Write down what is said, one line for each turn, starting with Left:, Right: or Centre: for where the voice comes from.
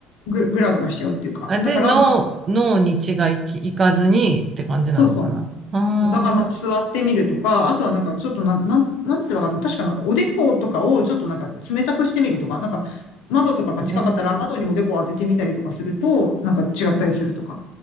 Left: ぐ、ぐらぐらしちゃうっていうか、
Right: あ、で、
Left: だから、
Right: 脳、
Left: まあ、
Right: 脳に血が行き、行かずにって感じなのかな。
Left: そうそう、
Right: あ
Left: そう、だからまあ座ってみるとか、あとはなんかちょっとな、なん、なんていかな、確かなんかおでことかをちょっとなんか冷たくしてみるとか、なんか窓とかが近かったら窓におでこを当ててみたりとかすると、
Right: あ、ね。
Left: なんか違ったりするとか、